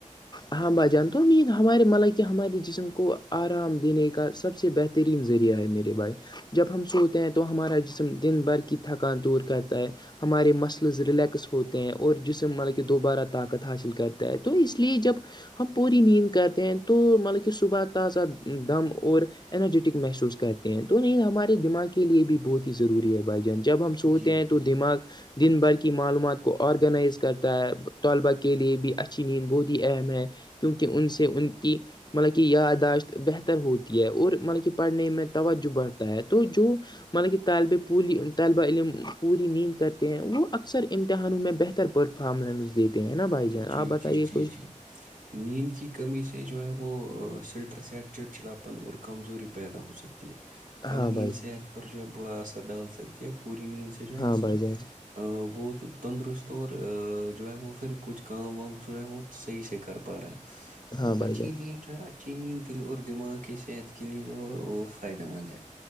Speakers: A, on the left (about 35°); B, on the right (about 85°).
A: ہاں بھائی جان تو نیند ہمارے ملطلب کہ ہمارے جسم کو آرام دینے کا سب سے بہترین ذریعہ ہے میرے بھائی جب ہم سوتے ہیں تو ہمارا جسم دن بھر کی تھکان دور کرتا ہے ہمارے مسلز ریلیکس ہوتے ہیں اور جسم مطلب کہ دوبارہ طاقت حاصل کرتا ہے تو اس لیے اس لیے جب ہم پوری نیند کرتے ہیں تو مطلب کہ صبح تازہ دم اور انرجیٹک محسوس کرتے ہیں تو نہیں ہمارے دماغ کے لیے بھی بہت ہی ضروری ہے بھائی جب ہم سوتے
B: جی
A: ہیں تو دماغ دن بھر کی معلومات کو آرگنائز کرتا ہے طلبا کے لیے بھی اچھی نیند بوود بہت ہی اہم ہے کیونکہ ان سے ان کی مطلب کہ یادداشت بہتر ہوتی ہے اور مطلب کہ پڑھنے میں توجہ بڑھتا ہے تو جو مطلب تالب پولی طالب علم پوری نیند کرتے ہیں وہ اکثر امتحانوں میں بہتر پرفارمنس دیتے ہیں نا بھائی جان
B: جی
A: آپ بتائیے
B: جی جی
A: کوئی
B: جی نیند کی کمی سے جو ہے وہ سٹرس یا چڑچڑاپن اور کمزوری پیدا ہو سکتی ہے کم
A: ہاں
B: نیند
A: بھائی
B: صحت
A: جان
B: پر جو ہے برا اثر ڈال سکتی ہے پوری نیند سے جو ہے
A: ہاں
B: انسان
A: بھائی جان
B: وہ تندرست اور جو ہے وہ پھر کچھ کام وام جو ہے وہ صحیح سے کر پا رہا ہے تو
A: ہاں بھائی
B: اچھی
A: جان
B: مین جو ہے اچھی نیند دل اور دماغ کی صحت کے لیے جو ہے وہ فائدہ مند ہے